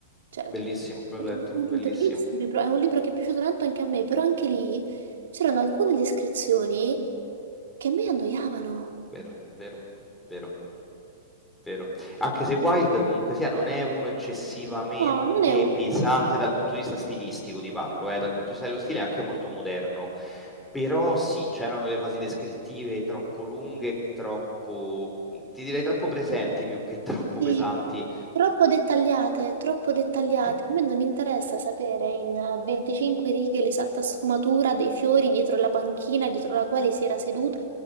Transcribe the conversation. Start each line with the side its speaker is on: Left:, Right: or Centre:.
Right: cioè,
Centre: Bellissimo, l'ho
Right: sotto
Centre: letto,
Right: nessun punto
Centre: bellissimo.
Right: di vista, il libro- è un libro che è piaciuto tanto anche a me, però anche lì c'erano alcune descrizioni che a me annoiavano.
Centre: Vero, vero, vero. Vero. Anche se Wild comunque sia non è uno eccessivamente
Right: No, non è una
Centre: pesante dal punto di vista stilistico, ti parlo, eh, Dal punto di vista dello stile è anche molto moderno, però sì, c'erano delle fasi descrittive troppo lunghe, troppo, ti direi troppo presenti più che <laughs> troppo
Right: Sì,
Centre: pesanti.
Right: troppo dettagliate, troppo dettagliate.
Centre: Sì,
Right: A me non interessa sapere in 25 righe l'esatta sfumatura dei fiori dietro la panchina dietro la quale si era seduto.